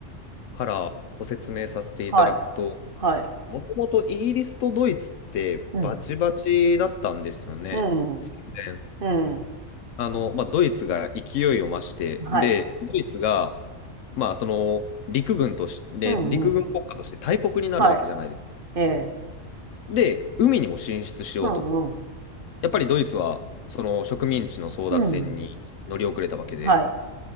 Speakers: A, on the left; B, on the right.
A: からご説明させていただくと、
B: はい。はい。
A: もともとイギリスとドイツってバチバチだったんですよね、
B: うん。うん。
A: 戦前。
B: うん。
A: あの、まあ、ドイツが勢いを増して、
B: はい。
A: で、ドイツが、まあ、その陸軍として、
B: うんうん。
A: 陸軍国家として大国になるわけじゃないです。
B: はい。ええ。
A: で、海にも進出しようと。
B: うんうん。
A: やっぱりドイツは、その植民地の争奪戦に乗り遅れたわけで、
B: うん。はい。